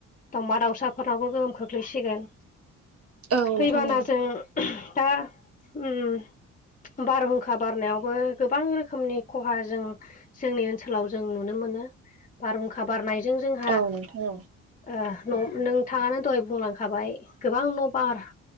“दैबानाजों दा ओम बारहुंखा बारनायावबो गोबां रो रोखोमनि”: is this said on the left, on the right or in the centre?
Left